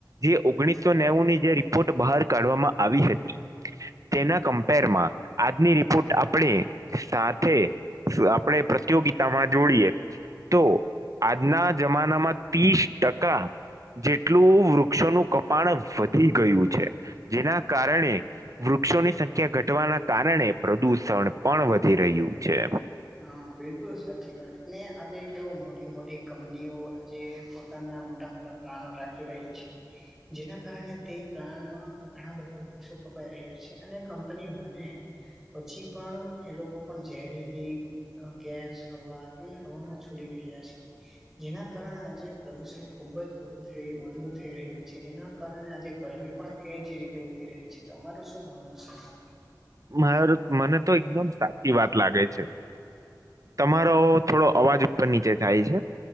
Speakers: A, on the right; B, in the centre.
A: જે ઓગણીસો નેવુંની જે રિપોર્ટ બહાર કાઢવામાં આવી હતી તેના કમ્પેરમાં આજની રિપોર્ટ આપણે સાથે. આપણેે પ્રતિયોગિતા માં જોડીએ તો આજના જમાનામાં ત્રીસ ટકા જેટલું વૃક્ષોનું કપાણ વધી ગયું છે જેના કારણે. વૃક્ષોની સંખ્યા ઘટવાના કારણે પ્રદૂષણ પણ વધી રહ્યું છે
B: હા બિલકુલ સાચી વાત ને આજે કેવો મોટી મોટી કંપનીઓ આજે પોતાના મોટા મોટા રાખી રહી છે જેના કારણે તે પ્લાનમાં ઘણા બધા વુક્ષો કપાઈ રહ્યા છે અને કંપની બને પછી પણ એ લોકો પણ ઝેરીલી ગેસ હવા તે હવામાં છોડી રહ્યા છે જેના કારણે આજે પ્રદુષણ ખુબ જ વધુ થ વધુ થઈ રહ્યું છે જેના કારણે આજે ગરમી પણ એ જ રીતે વધી રહી છે તો અમારું શું માનવું છે એમાંથી
A: મા, મને તો એકદમ સાચી વાત લાગે છે. તમારો થોડો અવાજ ઉપર-નીચે થાય છે.